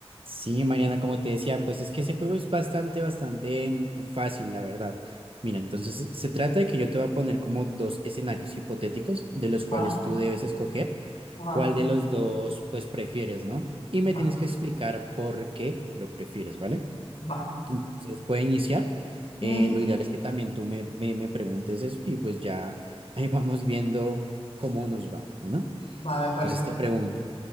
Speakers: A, on the right; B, on the left.
A: Sí, Mariana, como te decía, pues es que ese juego es bastante, bastante mm, fácil, la verdad. Mira, entonces se trata de que yo te voy a poner como dos escenarios hipotéticos de los cuales
B: Ah,
A: tú debes escoger
B: ajá,
A: cuál de los dos pues prefieres, ¿no? Y me
B: ajá,
A: tienes que explicar por qué lo prefieres, ¿vale?
B: va.
A: Entonces voy a iniciar.
B: Mm,
A: Eh, lo ideal es que también tú me, me, me preguntes eso y pues ya ahí vamos viendo cómo nos va. Bueno.
B: Va, me
A: Entonces
B: parece.
A: te pregunto,